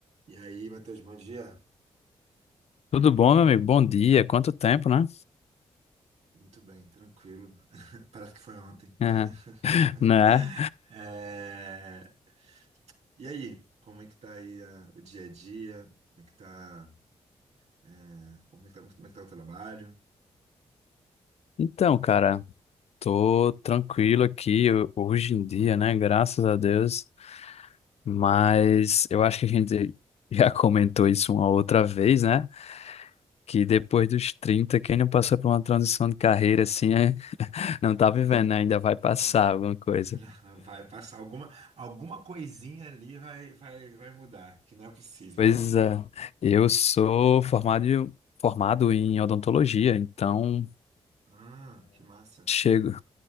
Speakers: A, on the right (about 70°); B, on the left (about 65°).
A: E aí, Matheus, bom dia?
B: Tudo bom, meu amigo? Bom dia. Quanto tempo, né?
A: Muito bem, tranquilo. <laughs> Parece que foi ontem.
B: É,
A: <laughs>
B: né?
A: É, E aí, como é que tá aí ah, o dia a dia? Como é que tá, é, como é que tá, como é que tá o trabalho?
B: Então, cara, tô tranquilo aqui ho- hoje em dia, né? Graças a Deus. Mas eu acho que a gente <laughs> já comentou isso uma outra vez, né? Que depois dos 30 quem não passou por uma transição de carreira assim, é, <laughs> não tá vivendo,
A: Hum,
B: né? Ainda vai passar
A: nossa.
B: alguma coisa.
A: <laughs> Vai passar alguma, alguma coisinha ali vai, vai, vai mudar, que não é possível.
B: Pois é, eu sou formado, em- formado em odontologia, então
A: Ah, que massa.
B: chego.